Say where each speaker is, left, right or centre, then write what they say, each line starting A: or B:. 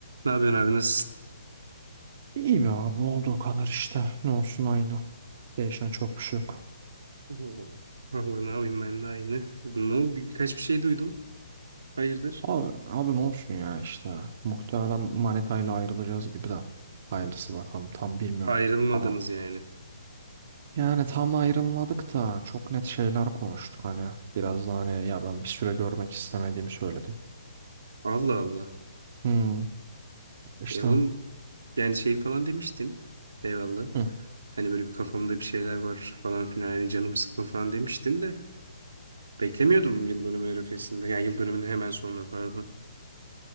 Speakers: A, on the right; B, on the right.
A: Ne yapıyorsun abi nasılsın?
B: İyi be abi olduğu kadar işte. Ne olsun aynı. Değişen çok bir şey yok.
A: <laughs> Oo. Valla ne yapayım ben de aynı. Ne oldu? Birkaç bir şey duydum. Hayırdır?
B: Abi, abi ne olsun ya işte. Muhtemelen manitayla ayrılacağız gibi de. Hayırlısı bakalım tam bilmiyorum.
A: Ayrılmadınız
B: Ama
A: yani.
B: yani tam ayrılmadık da çok net şeyler konuştuk hani. Biraz daha hani ya ben bir süre görmek istemediğimi söyledim.
A: Allah Allah.
B: Hmm, işte.
A: E oğlum yani şey falan demiştin. Eyvallah.
B: Hı.
A: Hani böyle bir kafamda bir şeyler var falan filan. Hani canım sıkın falan demiştin de. Beklemiyordum yıl dönümü arifesinde. Yani yıl dönümünden hemen sonra pardon.